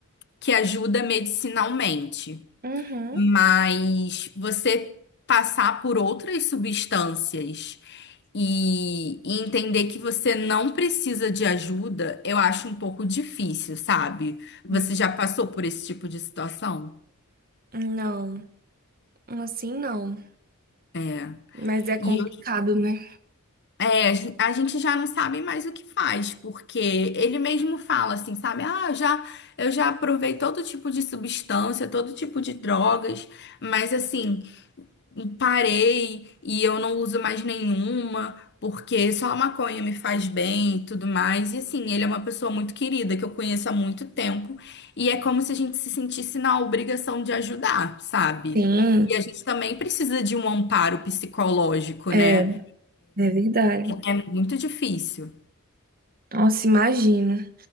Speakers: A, on the left (about 55°); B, on the right (about 45°).
A: que ajuda medicinalmente,
B: Uhum.
A: mas você passar por outras substâncias. E, e entender que você não precisa de ajuda, eu acho um pouco difícil, sabe? Você
B: É.
A: já passou por esse tipo de situação?
B: Não, assim não.
A: É.
B: Mas é complicado,
A: E eu-
B: né?
A: é, a gen- a gente já não sabe mais o que faz, porque ele mesmo fala assim, sabe? Ah, eu já, eu já provei todo tipo de substância, todo tipo de drogas, mas assim. parei e eu não uso mais nenhuma, porque só a maconha me faz bem e tudo mais. E assim, ele é uma pessoa muito querida que eu conheço há muito tempo, e é como se a gente se sentisse na obrigação de ajudar, sabe?
B: Sim,
A: E a gente também precisa de um amparo psicológico,
B: é,
A: né?
B: é verdade.
A: É muito difícil.
B: Nossa, imagino.